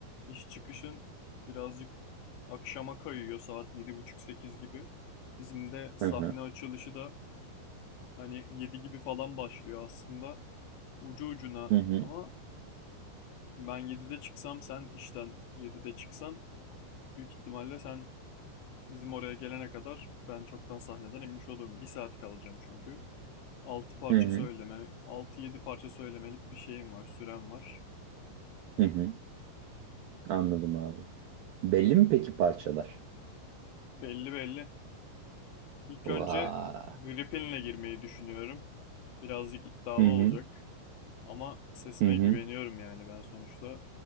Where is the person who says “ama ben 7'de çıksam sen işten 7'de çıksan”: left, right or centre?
Left